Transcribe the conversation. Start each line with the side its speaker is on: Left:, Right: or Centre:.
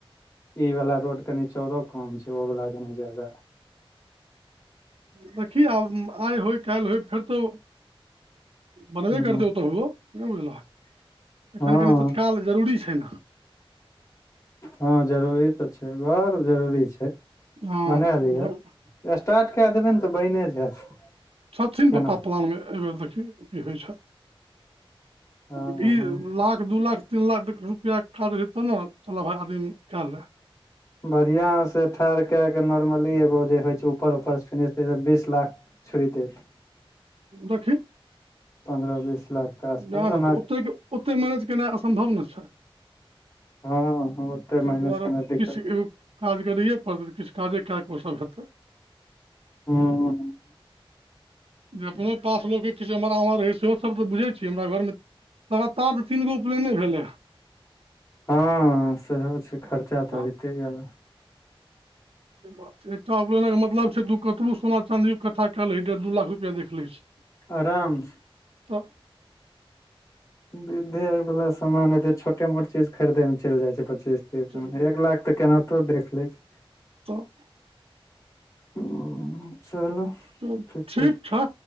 Left: ई वाला रोड कनी चारो कम छै ओ वाला कनी ज्यादा।
Right: देखि आब आय होय काल्हि होय फेर तो बनबे
Left: हूँ
Right: करतै ओतऽहुओ नहि बुझलक एखन
Left: हँ
Right: कनि तत्काल जरूरी छै ने
Left: हँ जरूरी तऽ छै घर जरूरी छै
Right: हँ
Left: बना लियो स्टार्ट कए देबै ने तऽ बैने जायत
Right: छथिन
Left: केना
Right: तऽ पापा पलानमे एहि बेर देखियौ की होइ छै
Left: हँ हँ
Right: लाख दू लाख तीन लाख तक रुपैआ खर्ज हेतौ ने चलऽ भाइ आदम कए
Left: बढ़ियाँ से ठार के के नोर्मली एगो जे होइ छै ऊपर उपर फनिश बीस लाख छु दे छै
Right: देखही
Left: पन्द्रह बीस लाख के आसपास
Right: इएह न
Left: ओना
Right: तऽ ओते ओतेक मैनेज केनाइ असम्भव न छै
Left: हँ ओते
Right: तै
Left: माइनस
Right: दुवारे
Left: केना दिक्कत
Right: किस इ काज करैए पड़तै तऽ किछु काजे कए कऽ ओसभ हेतै <inaudible>
Left: हूँ
Right: जे अपनो पास लोके किछु एम्हर आम्हर रहेै सेहो सब तऽ बुझै छै छी हमरा घरमे लगातार तऽ तीन गो उपनयने भेलैँ हन
Left: हँ सेहो छै खर्चा
Right: हँ
Left: तऽ होइते ये अब
Right: से एकटा उपलइनक मतलब छै तू कतबू सोना चाँदी इक्ट्ठा कै लही डेढ़ दू लाख रुपया देख लै छै
Left: आराम स
Right: तऽ
Left: विद्धे आओर वाला सामान एते छोटे मोट चीज खरीदै मे चलि जाइ छै पच्चीस तीस
Right: चलि
Left: एक लाख तऽ केनाहितो देख लै छै
Right: तऽ
Left: ओ चलू
Right: तऽ
Left: ठीके
Right: ठीक छै